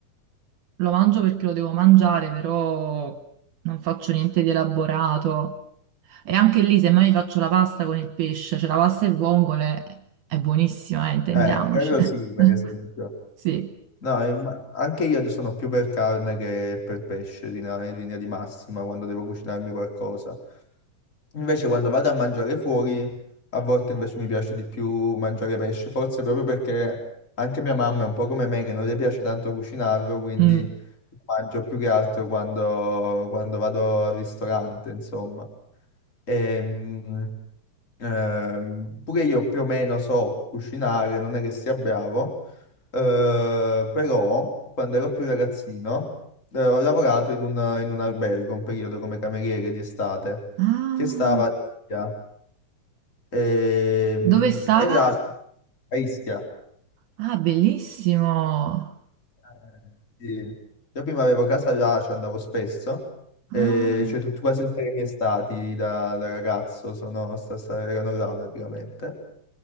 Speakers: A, on the right (about 70°); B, on the left (about 20°).
A: lo mangio perché lo devo mangiare, però non faccio niente di elaborato. E anche lì, se mai mi faccio la pasta con il pesce, cioè la pasta e vongole, è buonissima, eh, intendiamoci.
B: Eh, quello
A: <laughs>
B: sì, per esempio.
A: Sì.
B: No, eh, ma anche io sono più per carne che per pesce in, in linea di massima quando devo cucinarmi qualcosa. Invece quando vado a mangiare fuori, a volte invece mi piace di più mangiare pesce, forse proprio perché anche mia mamma è un po' come me che non le piace tanto cucinarlo, quindi
A: Mm.
B: mangio più che altro quando, quando vado al ristorante, insomma. Ehm, Ehm, pure io più o meno so cucinare, non è che sia bravo, eh, però quando ero più ragazzino eh, ho lavorato in un, in un albergo un periodo come cameriere di estate
A: Ah,
B: che stava a Ischia. Ehm,
A: dove stava?
B: E, là a Ischia.
A: Ah, bellissimo.
B: Eh, Sì. Io prima avevo casa là, ci andavo spesso,
A: Ah,
B: e cioè tut- quasi tutte le mie estati da, da ragazzo sono, sta- sta- erano là praticamente.